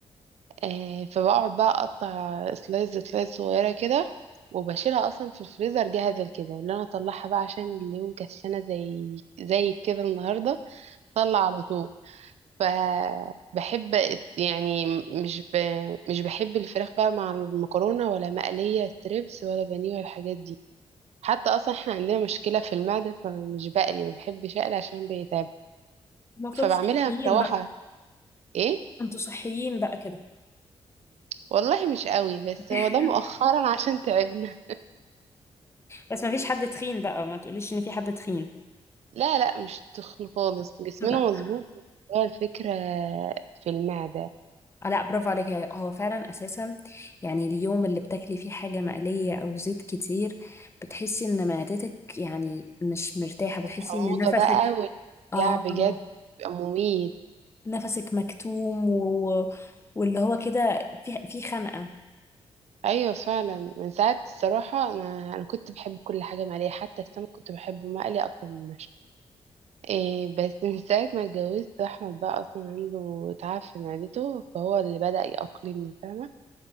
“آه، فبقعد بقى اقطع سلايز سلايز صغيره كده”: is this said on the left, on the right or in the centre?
Right